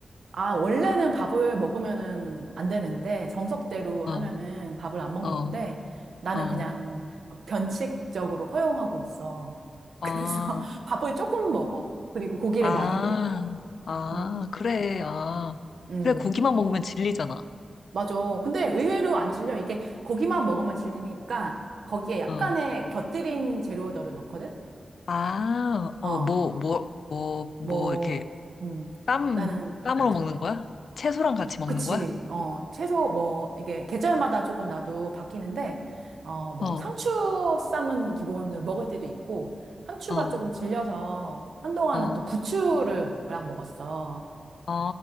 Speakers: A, on the right; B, on the left.
A: 아, 원래는 밥을 먹으면은 안 되는데, 정석대로 하면은
B: 어,
A: 밥을 안 먹는
B: 어,
A: 건데, 나는
B: 어,
A: 그냥 변칙적으로 허용하고 있어. 그래서
B: 아,
A: <laughs> 밥을 조금 먹어. 그리고 고기를
B: 아,
A: 많이 먹어.
B: 아,
A: 음.
B: 그래, 아.
A: 음.
B: 그래, 고기만 먹으면 질리잖아.
A: 맞아. 근데 의외로 안 질려. 이게 고기만 먹으면 질리니까 거기에 약간의
B: 어,
A: 곁들임 재료들을 넣거든?
B: 아, 어,
A: 어,
B: 뭐, 뭐, 뭐, 뭐,
A: 뭐,
B: 이렇게
A: 음,
B: 쌈,
A: 나는,
B: 쌈으로
A: 맞아.
B: 먹는 거야? 채소랑 같이 먹는
A: 그치.
B: 거야?
A: 어, 채소 뭐, 이게 계절마다 조금 나도 바뀌는데, 어, 뭐,
B: 어,
A: 상추 쌈은 기본으로 먹을 때도 있고, 상추가
B: 어,
A: 조금 질려서 한동안은
B: 어.
A: 또 부추를 랑 먹었어.
B: 아,